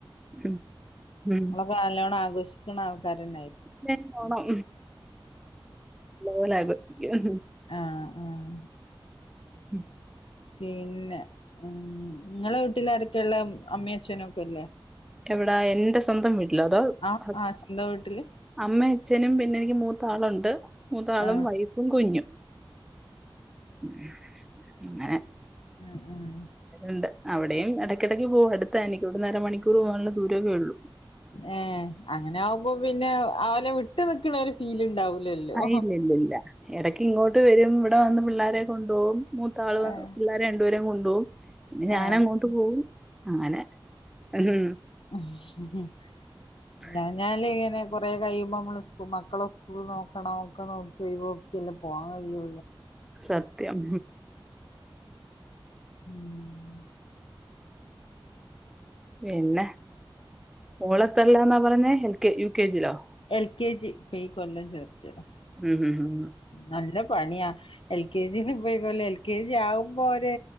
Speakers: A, in the centre; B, on the left.
A: ഉം ഉം
B: നാല്ലോണം ആഘോഷിക്ക്ണ ആൾക്കാരന്നേ
A: <unintelligible> ഓണം നല്ല പോലേ ആഘോഷിക്കും
B: ആഹ് ആഹ്
A: ഉം
B: പിന്നെ ഉം ഇങ്ങളെ വീട്ടിൽ ആരക്കെ ഇള്ളേ അമ്മിം അഛനൊക്കെല്ലേ
A: എവിടാ എന്റെ സ്വന്തം വീട്ടിലോ അതോ
B: ആഹ്
A: ഹ
B: ആഹ് സ്വന്തം വീട്ടില്
A: അമ്മിം അച്ഛനും പിന്നെ എനിക്ക് മൂത്താളുണ്ട് മൂത്താളും
B: ആഹ്
A: വൈഫും കുഞ്ഞും ഉം അങ്ങനെ
B: ഉം ഉം
A: ണ്ട് അവിടെയും എടക്ക് എടക്ക് പോകും അടുത്ത എനിക്കിവിടെന്ന് അര മണിക്കൂർ പോകാനുള്ള ദൂരവെ ഒള്ളു
B: ഏഹ് അങ്ങനെ ആവുമ്പോ പിന്നെ അവല വിട്ട് നിക്ക്ണ ഒര് ഫീല് ഇണ്ടാവുലല്ലോ
A: ആഹ് ഇല്ല ഇല്ല ഇല്ല എടക്ക് ഇങ്ങോട്ട് വരും ഇവിടെ വന്ന് പിള്ളേരെ കൊണ്ടൊവും മൂത്താള് വ
B: ആഹ്
A: പിള്ളേ രണ്ടുപേരിം കൊണ്ടൊവും പിന്നെ ഞാൻ
B: ആഹ്
A: അങ്ങോട്ട് പോവും അങ്ങനെ ഉം
B: ആഹ ഉം
A: ഉ <unintelligible>
B: ഇല്ലാഞ്ഞാല് ഇങ്ങനെ കൊറേ കഴിയുമ്പോ നമ്മള് സ് മക്കളെ സ്കൂൾ നോക്കണം ഒക്ക നോക്കി ഒയിവോക്കി പോവാൻ കയ്യോ?
A: സത്യം സത്യം
B: ഉം
A: പിന്നെ? മോളെത്രല്ലാന്ന പറയുന്നെ? L K U. K. ജിയിലോ?
B: എൽ കെ ജി ഇപ്പ ഈ കൊല്ലം ചേർത്തിയതാ
A: ഉം ഉം ഉം
B: നല്ല പണിയാ എൽ കെ ജി യില് ഇപ്പൊ ഈ കൊല്ലം എൽ കെ ജിയാവുമ്പോ ഒര്